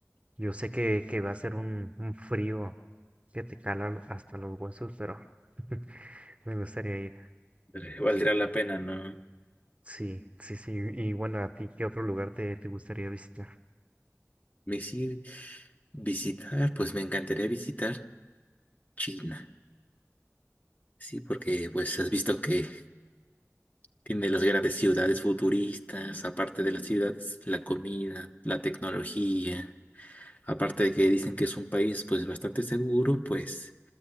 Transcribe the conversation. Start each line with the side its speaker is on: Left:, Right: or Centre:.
Right: Yo sé que, que va a ser un, un frío que te cala hasta los huesos, pero <laughs> me gustaría ir.
Left: eh, valdrá la pena, ¿no?
Right: Sí, sí, sí. Y bueno, ¿a ti qué otro lugar te, te gustaría visitar?
Left: Me sí, visitar, pues me encantaría visitar China, sí, porque pues has visto que Tiene las grandes ciudades futuristas, aparte de las ciudades, la comida, la tecnología. Aparte de que dicen que es un país pues bastante seguro, pues